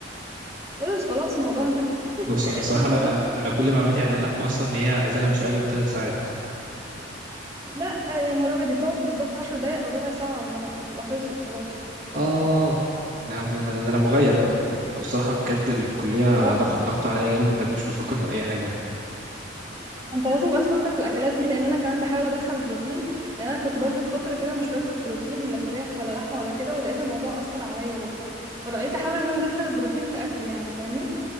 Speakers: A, on the right; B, on the right.
A: خلاص خلاص الموضوع انتهى <laughs>
B: بص الصراحه
A: شفت
B: انا
A: بقى
B: انا أنا كل معلوماتي عن اللحمه اصلا ان هي عايزه لها مش اقل من 3 ساعات
A: لا آه، يا نهار ابيض دي بتقعد بالظبط عشر دقايق او ربع ساعه على النار بتبقى خلصت خلاص
B: اه انا أنا- ده انا مغيب بقى الصراحه بجد الكليه
A: شايفة؟
B: ضغ- ضغط عليا جامد مخليني مش مفكر في اي حاجه
A: انت لازم بقى تفكر في الاكلات دي لان انا كمان بحاول ادخل بروتين لان انا كنت برضو في فتره كده مش باكل بروتين لا فراخ ولا لحمه ولا كده ولقيت الموضوع اثر عليا برضو فبقيت احاول ان انا ادخل البروتين في اكلي يعني فاهمني